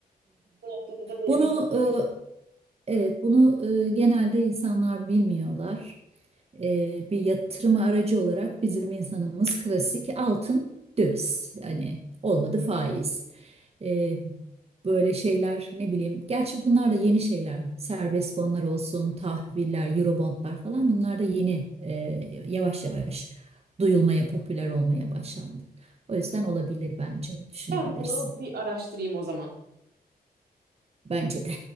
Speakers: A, on the right; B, on the right.
A: Bu noktada da benim
B: Bunu
A: için oldu.
B: ıı, Evet, bunu e, genelde insanlar bilmiyorlar. E, bir yatırım aracı olarak bizim insanımız klasik altın, döviz. Hani olmadı faiz. E, böyle şeyler ne bileyim. Gerçi bunlar da yeni şeyler. Serbest fonlar olsun, tahviller, eurobondlar falan bunlar da yeni e, yavaş yavaş duyulmaya, popüler olmaya başlandı. O yüzden olabilir bence, düşünebilirsin.
A: Ben bunu bir araştırayım o zaman.
B: Bence de.